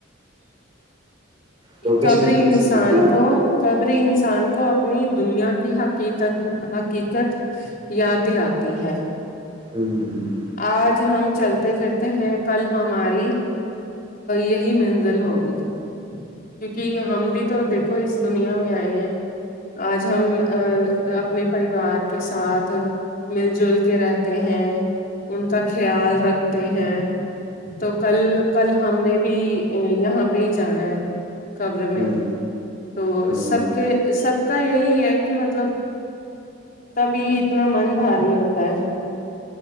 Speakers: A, on the right; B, on the left.
A: تو کس
B: قبری
A: کی کس
B: انسان
A: کی ہ
B: کو قبری انسان کو اپنی دنیا کی حقیقت حقیقت یاد دلاتی ہے
A: ہوں
B: آج ہم چلتے پھرتے ہیں کل ہماری یہی منزل ہوگی کیونکہ ہم بھی تو دیکھو اس دنیا میں آئے ہیں آج ہم اپنے پریوار کے ساتھ مل جل کے رہتے ہیں ان کا خیال رکھتے ہیں تو کل کل ہم نے بھی یہاں پہ ہی جانا ہے خبر
A: ہ
B: میں تو
A: ہ
B: سب کے سب کا یہی ہے کہ مطلب تبھی اتنا من بھاری ہوتا ہے